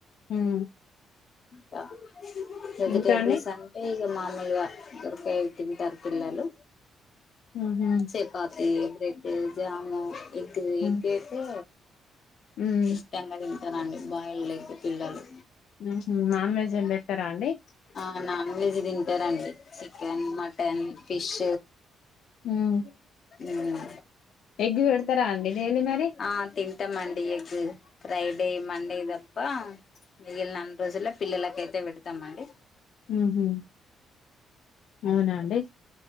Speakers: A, on the left (about 75°); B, on the left (about 50°).
A: ఉమ్
B: కా వెజిటేబల్స్
A: ఇంకా అండి
B: అంటే ఇగ మామూలుగా దో కెవి తింటారు పిల్లలు
A: ఉహు
B: చపాతి బ్రెడ్ జాము ఎగ్గు
A: ఉమ్
B: ఎగ్ అయితే
A: ఉమ్
B: ఇష్టంగా తింటారండి బాయిల్డ్ ఎగ్ పిల్లలు
A: ఉమ్ హు నాన్ వెజ్ ఏం పెట్టారా అండి
B: ఆ నాన్ వెజ్ తింటారండి చికెన్ మటన్ ఫిష్
A: ఉమ్
B: ఉమ్
A: ఎగ్ పెడతారా అండి డైలీ మరి
B: ఆ తిన్ తింటామండి ఎగ్ మండే మండేదప్పా మిగిలిన అన్ని రోజుల్లో పిల్లలకయితే పెడతామండి
A: ఉమ్ హు అవునా అండి